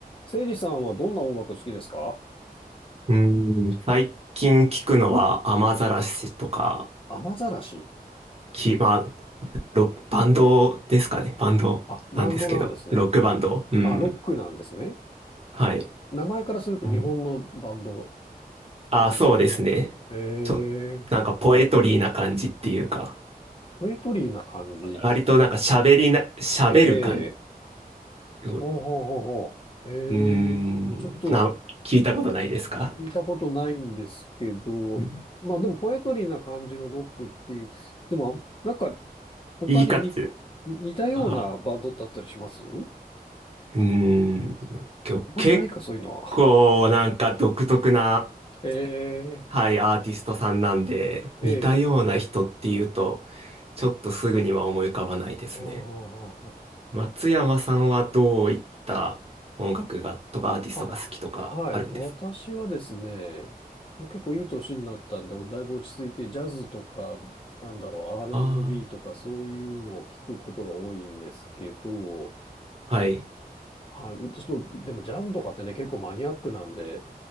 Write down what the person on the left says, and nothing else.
せいじさんはどんな音楽好きですか
雨ざらし。
あ、バンドなんですね。
あ、ロックなんですね。
名前からすると日本のバンド
なんですかね。
へえ
ポエトリーな感じ。
ええ
ほうほうほうほう。ええちょっと
聞いたことないんですけど、
まあでもポエトリーな感じのロックっていう、でもあなんか他にに似たようなバンドってあったりしますあん
まりないか、そういうのは。
え
えええ
ああ、
あああはい。私はですね、もう結構いい年になったんで、だいぶ落ち着いて、ジャズとか、なんだろう、R&B
とかそういうのを聞くことが多いんですけど、
はい。ちょっと、でもジャズとかってね、結構マニアックなんで、